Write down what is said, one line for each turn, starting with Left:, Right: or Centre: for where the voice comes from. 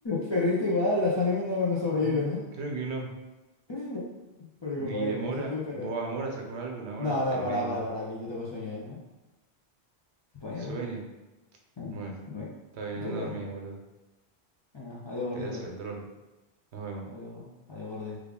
Left: Ferrito igual, las ánimas no, no sobreviven,
Right: Mm, Creo que no.
Left: ¿eh? Bueno,
Right: Y
Left: compañero,
Right: de Mora,
Left: no sé tú, pero...
Right: vos a Mora sacó un álbum ahora
Left: No,
Right: tremendo.
Left: no, para, para, para, que yo tengo sueño ya, ¿eh? Compañero.
Right: Sueño.
Left: Eh,
Right: Bueno,
Left: me
Right: está bien,
Left: pido
Right: anda a dormir,
Left: ya.
Right: boludo.
Left: Venga, adiós, gordito.
Right: Pedazo de trolo. Nos vemos.
Left: Adiós, adiós, gordi.